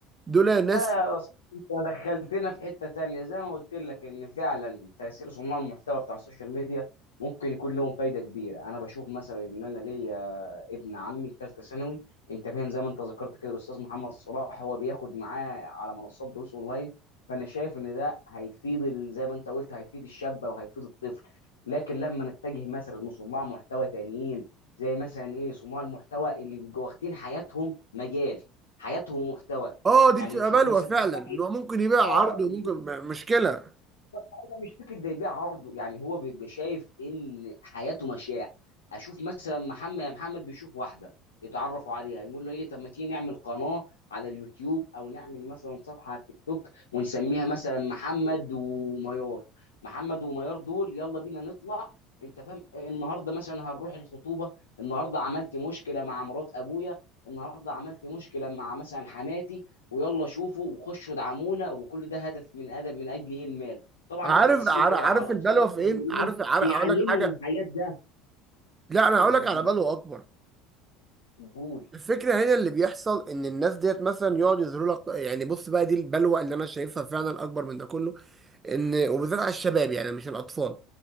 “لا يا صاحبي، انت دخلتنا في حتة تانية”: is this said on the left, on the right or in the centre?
Left